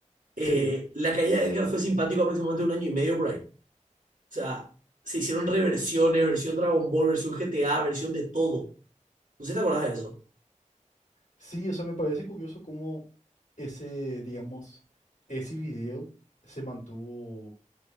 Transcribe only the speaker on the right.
Eh, la caída de Edgar fue simpático aproximadamente un año y medio por ahí. O sea, se hicieron reversiones, versión Dragon Ball, versión GTA, versión de todo. No sé si te acuerdas de eso.